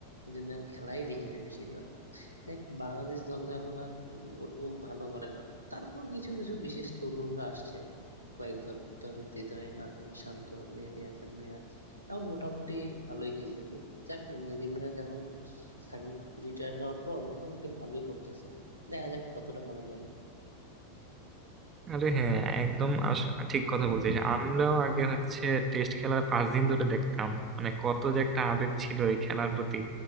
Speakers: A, on the left; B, on the right.
A: এই জন্য আর খেলাই দেখি না বেশিরভাগ দেখ বাংলাদেশ দল তো এখন আর উম, ওরকম ভালো করে না তারপর কিছু কিছু বিশেষ তরুণরা আসছে কয়েকজন তবে হৃদয় নাজমুল শান্ত মেহেদী হাসান মিরাজ এখন মোটামুটি ভালোই খেলতেছে যাক মেহেদী মিরাজ এখন সাকিব রিটায়ার নেওয়ার পর মোটামুটি ভালোই করতেছে দেখা যাক কতটা ভালো খেলে
B: আরে হ্যাঁ একদম আস- ঠিক কথা বলছিস আমরাও আগে হচ্ছে টেস্ট খেলার পাঁচ দিন ধরে দেখতাম মানে কত যে একটা আবেগ ছিল এই খেলার প্রতি